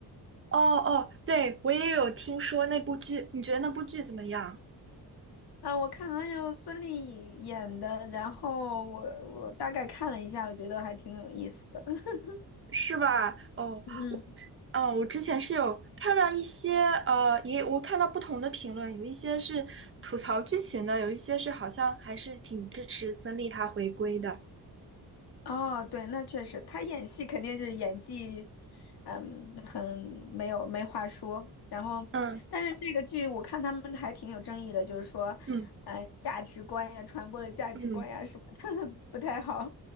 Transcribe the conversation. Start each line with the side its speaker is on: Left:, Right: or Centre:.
Right: 哦哦，对，我也有听说那部剧，你觉得那部剧怎么样？
Left: 啊，我看了有孙俪演的，然后我我大概看了一下，我觉得还挺有意思的。<laughs>
Right: 是吧？哦，
Left: 嗯。
Right: 嗯，我之前是有看到一些，呃，也我看到不同的评论，有一些是吐槽剧情的，有一些是好像还是挺支持孙俪她回归的。
Left: 哦，对，那确实，他演戏肯定就是演技，嗯，很没有没话说。然后，
Right: 嗯
Left: 但是这个剧我看他们还挺有争议的，就是说，
Right: 嗯
Left: 呃，价值观呀，传播的价值观呀什么的
Right: 嗯。
Left: <laughs> 不太好。